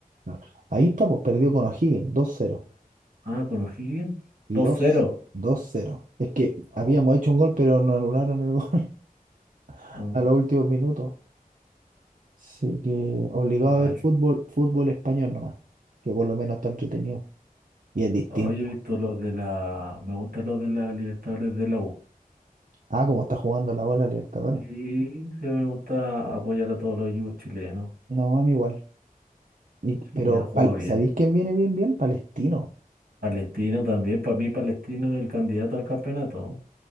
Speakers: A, on the right; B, on the right.
A: no. Ahí está, pues perdió con O'Higgins, dos cero
B: Ah, con O'Higgins.
A: Y
B: 2-0.
A: dos dos cero Es que
B: Oh,
A: habíamos hecho un gol, pero nos anularon el gol <laughs>
B: oh,
A: a los
B: ah,
A: últimos minutos. Así que obligado
B: qué mal.
A: a ver fútbol, fútbol español nomás, que por lo menos está entretenido y es distinto.
B: Hoy he visto los de la. Me gustan los de la Libertadores de la U.
A: Ah, como está jugando la bola Libertadores.
B: Y sí, me gusta apoyar a todos los equipos chilenos.
A: No, a mí igual. Y-
B: Sí,
A: pero,
B: ha jugado
A: pal-
B: bien.
A: ¿sabéis quién viene bien, bien? Palestino.
B: Palestino también, para mí Palestino es el candidato al campeonato.